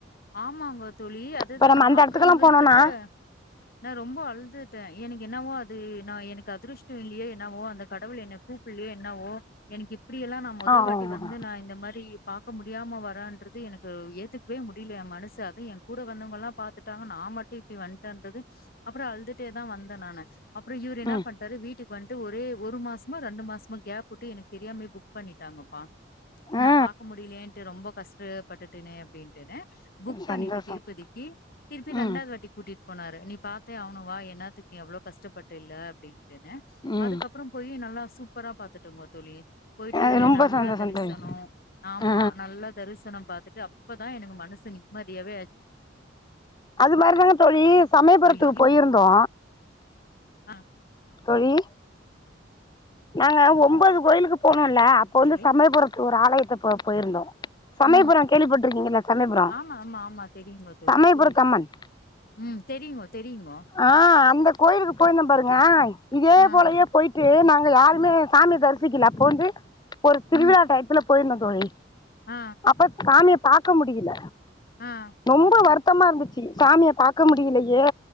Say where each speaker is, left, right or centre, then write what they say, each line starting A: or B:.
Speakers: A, on the left; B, on the left.
A: ஆமாங்க தோழி அதுதா
B: இப்ப நம்ம
A: நானு
B: அந்த
A: அப்புறோ
B: எடத்துக்கெல்லா
A: இவரு
B: போனோனா
A: கிட்ட நா ரொம்ப அழுதுட்டே எனக்கு என்னவோ அது நா எனக்கு அதிருஷ்டோ இல்லையோ என்னவோ அந்த கடவுள் என்ன கூ ப்புல்லையோ என்னவோ எனக்கு இப்படியெல்லா நா மொத
B: ஆ
A: வாட்டி
B: ஆமா
A: வந்து நா இந்த மாரி பாக்க முடியாம வரேன்றது எனக்கு ஏத்துக்கவே மு டியல ஏ மனசு அது ஏ கூட வந்தவங்கல்லா பாத்துட்டாங்க நா மட்டு இப்டி வன்டேன்றது அப்றோ அழுதுட்டே தா வந்தே நானு அப்புறோ இவரு என்ன
B: ம்
A: பண்ணிட்டாரு வீட்டுக்கு வந்துட்டு ஒரே ஒரு மாசமா ரெண்டு மாசமா கேப் விட்டு எனக்கு தெரியாமே புக் பண்ணிட்டாங்கப்பா நா
B: ஆ
A: பாக்க முடியலேன்ட்டு ரொம்ப கஷ்டப்பட்டுட்டனே அப்டின்டுன்னு புக் பண்ணிட்டு
B: சந்தோஷம்
A: திருப்பதிக்கு திருப்பி ரெண்டாவது
B: ம்
A: வாட்டி கூட்டிட் போனாரு நீ பாத்தே ஆவனு வா என்னாத்துக்கு நீ அவ்ளோ கஷ்டப்பட்டேல்ல அப்டின் டுனு
B: ம்
A: அதுக்கப்றோ போயி நல்லா சூப்பரா பாத்துட்டோங்க தோழி போயிட்டு
B: அது ரொம்ப
A: நல்லா
B: சந்தோஷம்
A: தரிசனோ
B: தோழி
A: ஆமா
B: ஆ
A: நல்லா தரிசனோ பாத்துட்டு அப்பதா எனக்கு மனசு நிம்மதியாவே ஆச்
B: அது மாதிரிதாங்க தோழி
A: ஆச்சு
B: சமயபுறத்துக்கு
A: ஐயோ
B: போயிருந்தோ
A: ஆ
B: தோழி நாங்க ஒம்போது கோயிலுக்கு போனோல்ல அப்ப வந்து
A: தோழி
B: சமயபுரத்து ஒரு ஆலயத்துக்கு போயிருந்தோ சமயபுரோ
A: ம்
B: கேள்விப்பட்ருக்கீங்கல்லா சமயபுரோ
A: ஆமா ஆமா ஆமா தெரியுங்கோ தோழி
B: சமயபுரத்து
A: கேள்விப்பட்ருக்கே
B: அம்மன்
A: ம் தெரியுங்கோ தெரியுங்கோ
B: ஆ அந்த கோயிலுக்கு போயிருந்தோ பாருங்க இதே
A: ஆ
B: போலயே போயிட் டு நாங்க யாருமே சாமிய தரிசிக்கல அப்போ வந்து ஒரு திருவிழா
A: ம்
B: டயத்துல போயிருந்தோ தோழி
A: ஆ
B: அப்ப சாமிய பாக்க முடியில
A: ஆ
B: ரொம்ப வருத்தமா இருந்துச்சு சாமிய பாக்க முடியலையே